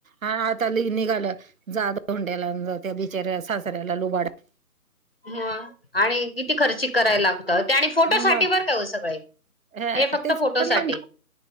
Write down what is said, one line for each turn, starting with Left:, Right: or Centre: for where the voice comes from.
Right: हा निघाल जाद धोंड्याला जात्या बिचाऱ्या सासऱ्याला लुबाडा
Left: ह आणि किती खर्चिक करायला लागतं ते आणि फोटो
Right: मग
Left: साठी बर का हो सगळ हे.
Right: हं,
Left: हे फक्त
Right: तेच
Left: फोटोसाठी.
Right: पण मग